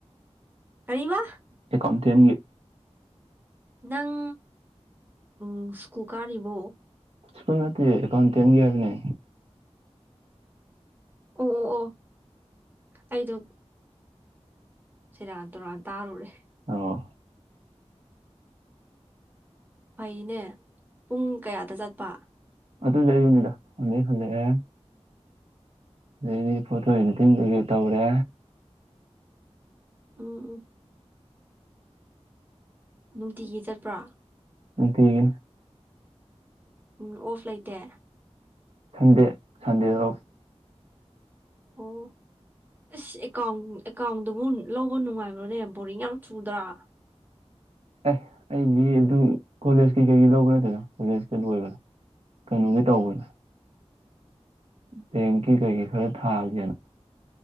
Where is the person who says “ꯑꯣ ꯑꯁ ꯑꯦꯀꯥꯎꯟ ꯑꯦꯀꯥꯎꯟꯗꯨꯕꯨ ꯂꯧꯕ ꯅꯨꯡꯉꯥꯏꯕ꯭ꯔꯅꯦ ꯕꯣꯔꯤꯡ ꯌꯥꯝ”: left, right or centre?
Right